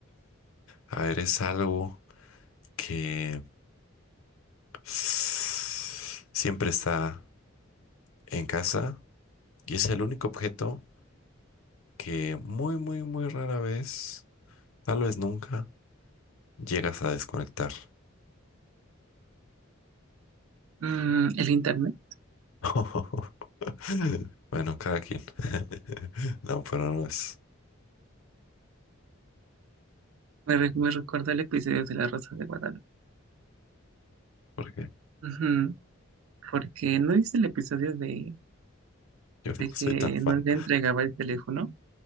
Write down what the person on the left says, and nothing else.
A ver, es algo que siempre está en casa y es el único objeto que muy, muy, muy rara vez, tal vez nunca, llegas a desconectar.
<laughs> Bueno, cada quien. <laughs> No, pero no es
porque
yo no
soy
tan fan.